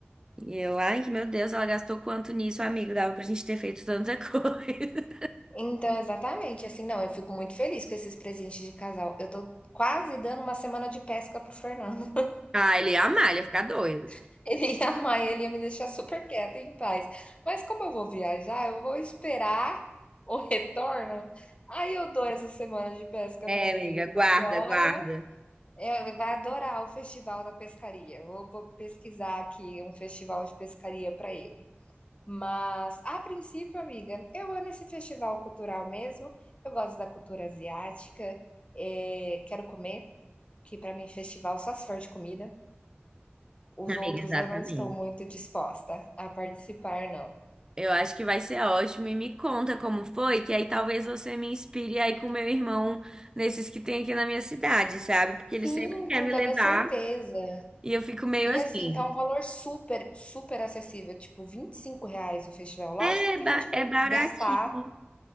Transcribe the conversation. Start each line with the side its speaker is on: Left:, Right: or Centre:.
Right: E eu, ai, meu Deus, ela gastou quanto nisso, amigo? Dava pra gente ter feito tanta <laughs> coisa.
Left: Então, exatamente, assim, não, eu fico muito feliz com esses presentes de casal. Eu tô quase dando uma semana de pesca pro Fernando.
Right: Ah, ele ia amar, ele ia ficar doido.
Left: <laughs> Ele ia amar, ele ia me deixar super quieta e em paz. Mas como eu vou viajar, eu vou esperar o retorno. Aí eu dou essa semana de pesca
Right: É,
Left: pra ele,
Right: amiga, guarda,
Left: porque olha,
Right: guarda.
Left: é, ele vai adorar o festival da pescaria. Eu vou vou pesquisar aqui um festival de pescaria pra ele. Mas, a princípio, amiga, eu amo esse festival cultural mesmo. Eu gosto da cultura asiática. eh, quero comer, que para mim festival só se for de comida. Os
Right: Amiga,
Left: outros
Right: exatamente.
Left: eu não estou muito disposta a participar, não.
Right: Eu acho que vai ser ótimo e me conta como foi, que aí talvez você me inspire aí com meu irmão nesses que tem aqui na minha cidade, sabe? Porque ele
Left: Sim,
Right: sempre quer
Left: com
Right: me
Left: toda
Right: levar
Left: certeza.
Right: e eu fico meio
Left: E
Right: assim,
Left: assim, tá um valor super, super acessível, tipo 25 reais o festival. Lógico
Right: é,
Left: que
Right: ba-
Left: a gente vai
Right: é baratinho.
Left: gastar